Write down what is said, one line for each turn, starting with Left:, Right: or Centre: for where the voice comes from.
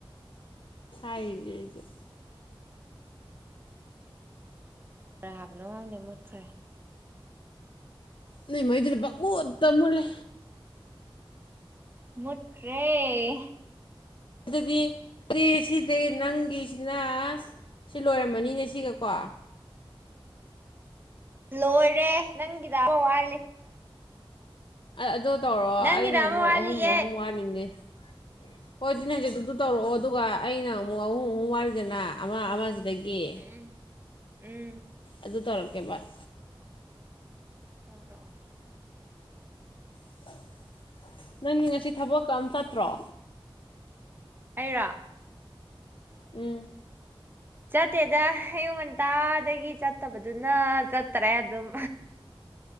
Left: ꯍꯥꯏꯔ
Right: ꯔꯦ ꯍꯥꯏꯕꯅꯣ ꯉꯪꯗꯦ ꯃꯨꯠꯈ꯭ꯔꯦ
Left: ꯅꯣꯏ ꯃꯩꯗꯨꯅ ꯄꯥꯄꯨꯠꯇ ꯃꯨꯜꯂꯦ
Right: ꯃꯠ꯭ꯔꯦ
Left: ꯑꯗꯨꯗꯤ ꯑꯦ ꯁꯤꯗꯤ ꯅꯪꯒꯤꯁꯤꯅ ꯁꯤ ꯂꯣꯏꯔꯝꯃꯅꯤꯅꯦ ꯁꯤꯒꯀꯣ
Right: ꯂꯣꯏꯔꯦ ꯅꯪꯒꯤꯗ ꯋꯥꯠꯂꯤ
Left: ꯑꯗꯣ ꯇꯧꯔꯣ
Right: ꯅꯪꯒꯤꯗ
Left: ꯑꯩꯅ ꯑꯃꯨꯛ
Right: ꯑꯃ ꯋꯥꯠꯂꯤꯌꯦ
Left: ꯑꯍꯨꯝ ꯑꯍꯨꯝ ꯋꯥꯠꯂꯤꯅꯦꯩ ꯍꯣꯏ ꯑꯗꯨꯅꯦ ꯍꯧꯖꯤ ꯑꯗꯨ ꯇꯧꯔꯛꯑꯣ ꯑꯗꯨꯒ ꯑꯩꯅ ꯑꯃꯨꯛ ꯑꯍꯨꯝ ꯑꯍꯨꯝ ꯋꯥꯔꯤꯗꯅ ꯑꯃꯁꯤ ꯑꯗꯒꯤ
Right: ꯎꯝ ꯎꯝ ꯎꯝ
Left: ꯑꯗꯨ ꯇꯧꯔꯛꯀꯦꯕꯥꯠ
Right: ꯇꯧꯔꯛꯑꯣ
Left: <unintelligible> ꯅꯪꯗꯤ ꯉꯁꯤ ꯊꯕꯛꯀꯝ ꯆꯠꯇ꯭ꯔꯣ
Right: ꯑꯩꯔꯥꯛ
Left: ꯎꯝ
Right: ꯆꯠꯇꯦꯗ ꯑꯌꯨꯛ ꯉꯟꯇꯥꯗꯒꯤ ꯆꯠꯇꯕꯗꯨꯅ ꯆꯠꯇꯔꯦ ꯑꯗꯨꯝ